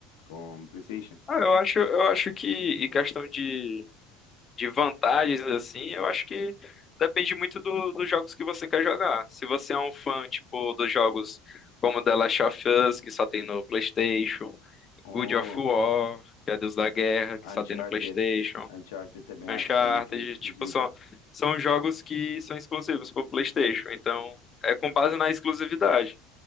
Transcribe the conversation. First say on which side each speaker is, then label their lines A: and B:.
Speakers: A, on the left; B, on the left.
A: com PlayStation?
B: Ah, eu acho, eu acho que, em questão de, de vantagens, assim, eu acho que depende muito do, dos jogos que você quer jogar. Se você é um fã, tipo, dos jogos como The Last of Us, que só tem no PlayStation,
A: Oh,
B: God of War, que é Deus da Guerra, que
A: Uncharted.
B: só tem no PlayStation,
A: Uncharted também
B: Uncharted,
A: acho também que é exclusivo.
B: tipo, são, são jogos que são exclusivos pro PlayStation. Então, é com base na exclusividade.